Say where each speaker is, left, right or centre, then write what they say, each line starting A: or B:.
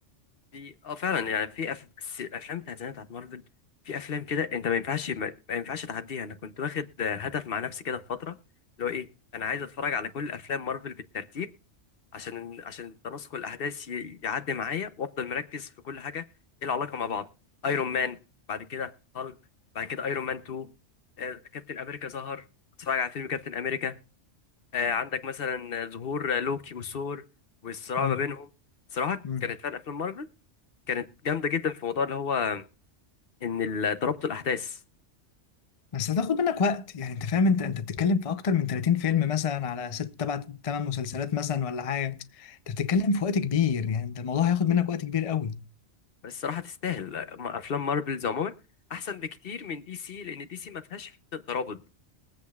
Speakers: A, on the left; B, on the left.
A: في اه فعلا يعني في أف... بس الافلام بتاعت زمان بتاعت مارفل في افلام كده انت ما ينفعش ما, ما ينفعش تعديها انا كنت واخد آه، هدف مع نفسي كده في فتره اللي هو ايه انا عايز اتفرج على كل افلام مارفل بالترتيب عشان عشان تناسق الاحداث ي- يعدي معايا وافضل مركز في كل حاجه ايه العلاقه مع بعض ايرون مان بعد كده هالك بعد كده ايرون مان 2 آه، كابتن امريكا ظهر اتفرج على فيلم كابتن امريكا آه، عندك مثلا ظهور آه، لوكي وثور والصراع
B: مم.
A: ما بينهم صراحه
B: مم.
A: كانت فعلا افلام مارفل كانت جامده جدا في موضوع اللي هو ان ال- ترابط الاحداث
B: بس هتاخد منك وقت يعني انت فاهم انت انت بتتكلم في اكتر من 30 فيلم مثلا على ست تبع تمن مسلسلات مثلا ولا حاجه انت بتتكلم في وقت كبير يعني انت الموضوع هياخد منك وقت كبير قوي
A: بس الصراحه تستاهل آه، افلام مارفلز عموما احسن بكتير من دي سي لان دي سي ما فيهاش حته ترابط